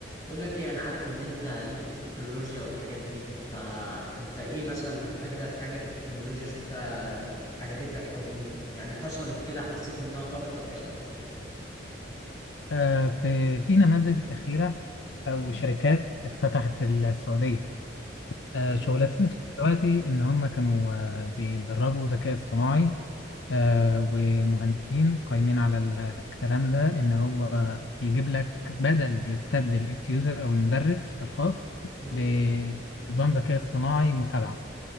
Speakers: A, on the left (about 20°); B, on the left (about 70°).
A: اقول لك ايه انا عارف ان انت ليك في التكنولوجيا والحاجات دي فانت ايه مثلا اجدد حاجة في التكنولوجيا شفتها عجبتك او إن- يعني حصلت كده حسيت انها طفرة فعلا
B: آه، في في نماذج أخيرة أو شركات اتفتحت في السعودية آه،
A: امم
B: شغلتنا دلوقتي إن هم كانوا آه، بيدربوا ذكاء اصطناعي آه، ومهندسين
A: ايوه
B: قايمين على الكلام ده إن هو يجيب لك بدل يستبدل التيوزر أو المدرس الخاص
A: امم
B: بنظام ذكاء اصطناعي متابعة